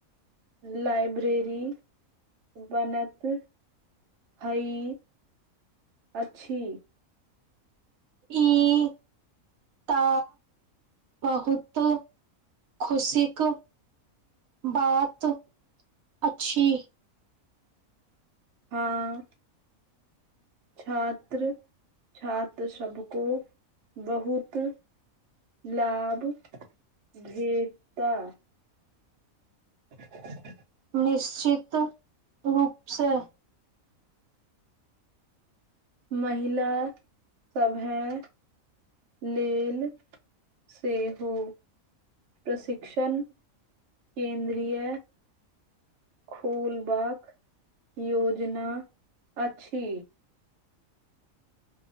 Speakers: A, on the right; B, on the right.
A: लाइब्रेरी बनैत हई अछि
B: ई त बहुत खुशिक बात अच्छी
A: हँ छात्र छात्र सबको बहुत लाभ भेता <inaudible>
B: निश्चित रूप से
A: महिला सभे लेल सेहो प्रशिक्षण केन्द्रीय खोलबाक योज जेना छी